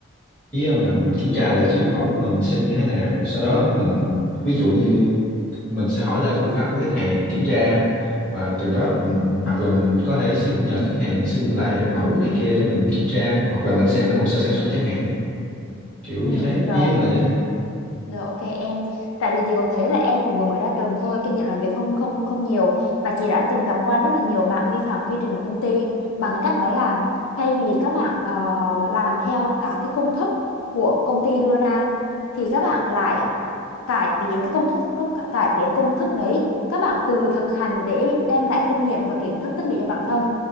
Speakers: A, in the centre; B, on the left (about 90°).
A: ý em là mình kiểm tra lại trước mẫu của mình xem như thế nào sau đó mình ví dụ như mình sẽ hỏi lại phương pháp của khách hàng kiểm tra và từ đó mình, hoặc là mình có thể xin nhờ khách hàng xin lại mẫu này kia để mình kiểm tra hoặc là mình xem lại hồ sơ sản xuất chẳng hạn kiểu
B: ừ
A: như thế
B: rồi
A: ý em là như thế
B: Rồi ok em, tại vì chị cũng thấy là em cũng vừa mới ra trường thôi, kinh nghiệm làm việc không không không nhiều và chị đã từng gặp qua rất là nhiều bạn vi phạm quy trình của công ty bằng cái cách đó là thay vì các bạn ờ, làm theo cả cái công thức của công ty đưa ra thì các bạn lại cải tiến cái công thức các- cải tiến công thức đấy, các bạn tự thực hành để đem lại kinh nghiệm và kiến thức tích lũy cho bản thân.